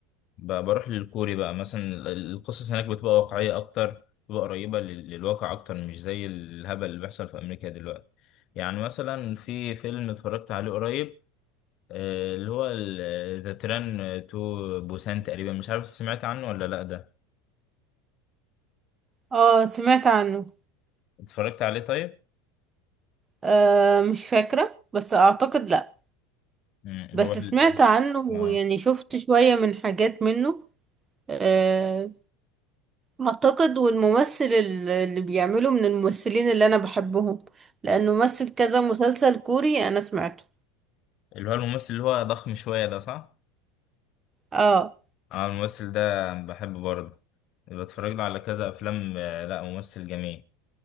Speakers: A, on the left (about 40°); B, on the right (about 20°).
A: ب- بروح للكوري بقى مثلا ال- ال- القصص هناك بتبقى واقعية أكتر بتبقى قريبة لل- للواقع أكتر مش زي الهبل اللي بيحصل في أمريكا دلوقتي يعني مثلا في فيلم اتفرجت عليه قريب آه، اللي هو ذا تران تو بوسان تقريبا مش عارف سمعت عنه ولا لأ ده
B: آه، سمعت عنه
A: اتفرجت عليه طيب؟
B: آه مش فاكرة بس اعتقد لا
A: مم.
B: بس
A: هو ال...
B: سمعت عنه ويعني
A: اه
B: شفت شوية من حاجات منه آه، اعتقد والممثل ال- اللي بيعمله من الممثلين اللي انا بحبهم لانه مثل كذا مسلسل كوري انا سمعته
A: اللي هو الممثل اللي هو ضخم شوية ده صح؟
B: اه
A: اه الممثل ده بحبه برضه بتفرج له على كذا أفلام آه، لا ممثل جميل